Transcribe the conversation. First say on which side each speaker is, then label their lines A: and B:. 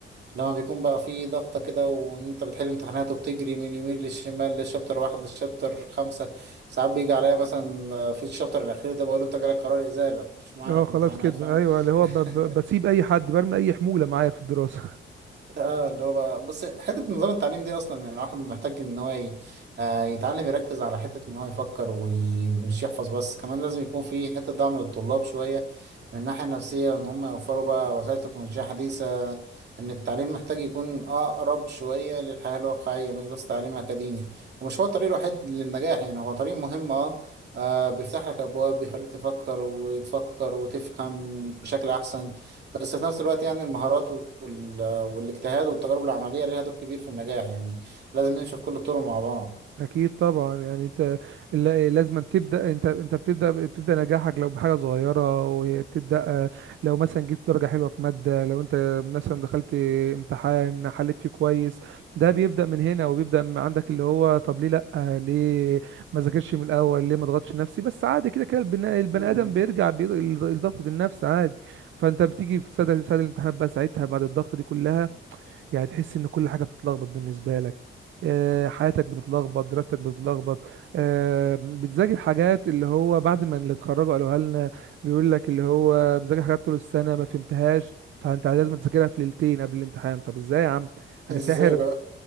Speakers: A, on the right; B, on the right.
A: لما بيكون بقى فيه ضغطة كده وان انت بتحل امتحانات وبتجري من اليمين للشمال للشابتر واحد للشابتر خمسة ساعات بيجي عليا مثلا آه، في الشابتر الأخير ده بقول له انت جالك قرار إزالة مش معانا
B: اه
A: في
B: خلاص
A: الامتحانات
B: كده
A: فاهم
B: ايوه اللي هو
A: <laughs>
B: ب... ب... بسيب اي حد برمي اي حموله معايا في الدراسه
A: اه اللي هو بقى بس حته نظام التعليم دي اصلا يعني الواحد محتاج ان هو ي- آه، يتعلم يركز على حته ان هو يفكر وي- ومش يحفظ بس كمان لازم يكون في حته دعم للطلاب شويه من الناحيه النفسيه ان هم يوفروا بقى وسائل تكنولوجيه حديثه ان التعليم محتاج يكون اقرب شويه للحياه الواقعيه مش بس تعليم اكاديمي ومش هو الطريق الوحيد للنجاح يعني هو طريق مهم اه آه، بيفتح لك ابواب بيخليك تفكر وتفكر وتفهم بشكل احسن بس في نفس الوقت يعني المهارات وال والاجتهاد والتجارب العملية ليها دور كبير في النجاح يعني لازم ننشف كل الطرق مع بعض
B: اكيد طبعا يعني انت لا- لازم تبدا انت انت بتبدا بتبدا نجاحك لو بحاجه صغيره وبتبدا آه، لو مثلا جبت درجه حلوه في ماده لو انت مثلا دخلت امتحان حليت فيه كويس ده بيبدا من هنا وبيبدا من عندك اللي هو طب ليه لا ليه ما ذاكرش من الاول ليه ما ضغطش نفسي بس عادي كده كده البناء- البني
A: مم.
B: ادم بيرجع بي- لضغطه النفس عادي فانت بتيجي في سد سد الامتحانات بقى ساعتها بعد الضغط دي كلها يعني تحس ان كل حاجه بتتلخبط بالنسبه لك آه، حياتك بتتلخبط دراستك بتتلخبط آه، بتذاكر حاجات اللي هو بعد ما اللي اتخرجوا قالوها لنا بيقول لك اللي هو بذاكر حاجات طول السنه ما فهمتهاش فانت لازم تذاكرها في ليلتين قبل الامتحان طب ازاي يا عم
A: ازاي
B: انا ساحر
A: بقى